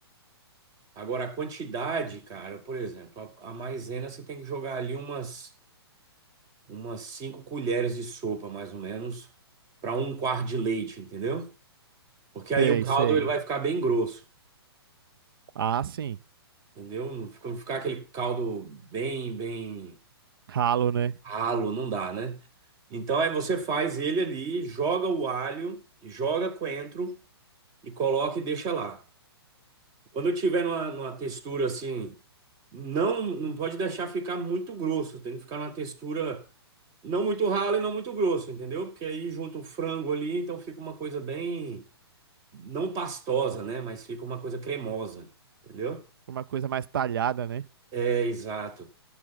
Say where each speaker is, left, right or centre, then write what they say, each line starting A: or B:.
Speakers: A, on the right; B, on the right.
A: Agora a quantidade, cara, por exemplo, a, a maisena você tem que jogar ali umas umas cinco colheres de sopa, mais ou menos, para um quarto de leite, entendeu? Porque aí
B: Sei,
A: o caldo
B: sei.
A: ele Uhum. vai ficar bem grosso,
B: Ah, sim.
A: entendeu? Não fica- não ficar aquele caldo bem, bem
B: Ralo, né?
A: ralo, não dá, né? Então aí você faz ele ali, joga o alho, joga coentro e coloca e deixa lá. Quando tiver numa, numa textura assim, não, não pode deixar ficar muito grosso, tem que ficar numa textura não muito ralo e não muito grosso, entendeu? Porque aí junta o frango ali, então fica uma coisa bem não pastosa, né? Mas fica uma coisa cremosa, entendeu?
B: Uma coisa mais talhada, né?
A: É, exato.